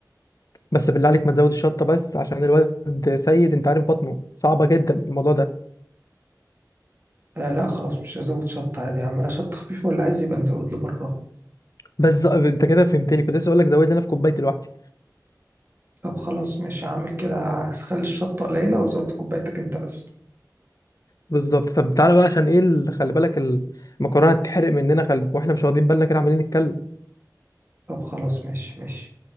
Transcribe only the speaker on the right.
آه لا خلاص مش هزود شطه عادي هعملها شطه خفيفه واللي عايز يبقى نزود له بره
طب خلاص ماشي هعمل كده هخلي الشطه قليله وزودت كوبايتك انت بس
طب خلاص ماشي ماشي